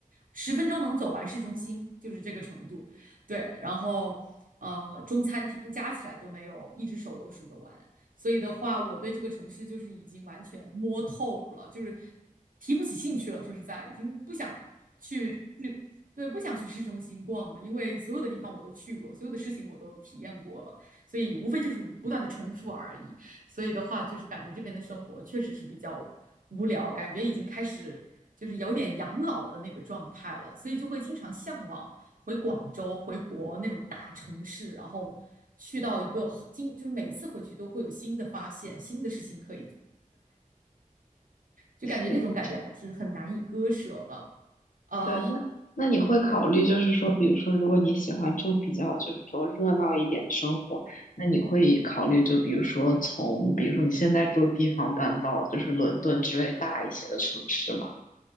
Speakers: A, on the right (about 70°); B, on the left (about 70°).
A: 十分钟能走完市中心，就是这个程度。对，然后呃，中餐厅加起来都没有，一只手都数得完。所以的话，我对这个城市就是已经完全摸透了，就是提不起兴趣了。说实在，已经不想去。对，不想去市中心逛了，因为所有的地方我都去过，所有的事情我都体验过了，所以无非就是不断的重复而已。所以的话，就是感觉这边的生活确实是比较无聊，感觉已经开始就是有点养老的那个状态了，所以就会经常向往回广州、回国那种大城市，然后去到一个很经，就是每次回去都会有新的发现、新的事情可以，就感觉那种感觉还是很难以割舍的。
B: 是，
A: 呃。
B: 对，那那你会考虑，
A: 对。
B: 就是说，比如说，如果你喜欢这种比较，就是说热闹一点的生活，那你会考虑，就比如说从，比如说你现在住的地方搬到就是伦敦之类大一些的城市吗？